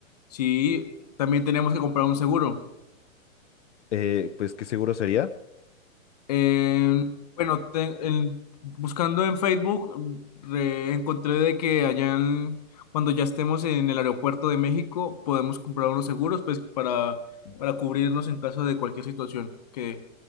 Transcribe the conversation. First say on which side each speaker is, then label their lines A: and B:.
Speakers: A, on the left; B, on the left.
A: sí, también tenemos que comprar un seguro.
B: Eh, pues qué seguro sería.
A: Eh, bueno, te- en- buscando en Facebook, re- encontré de que allá en- cuando ya estemos en el aeropuerto de México, podemos comprar unos seguros pues para, para cubrirnos en caso de cualquier situación que